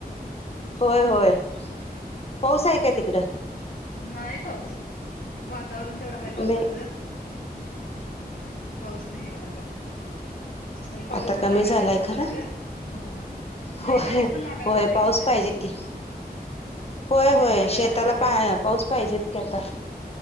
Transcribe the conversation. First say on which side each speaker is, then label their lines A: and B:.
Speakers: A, on the left; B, on the left.
A: होय होय पाऊस आहे काय तिकड
B: नाही पाऊस वातावरण तेवढं आहे
A: नाही
B: पावसाचं पाऊस नाही एवढा का तरी पाऊस
A: ह आता
B: पण
A: कमी
B: लागाय
A: झालाय
B: पाहिजे सोडा
A: खरा
B: खरं होय नाही
A: होय
B: पाऊस पण लागाय
A: होय
B: पाहिजे
A: पाऊस
B: म्हणलं
A: पाहिजे की होय
B: नाही
A: होय
B: तर
A: शेताला
B: आलेली
A: पाय पाऊस पाहिजेच की आता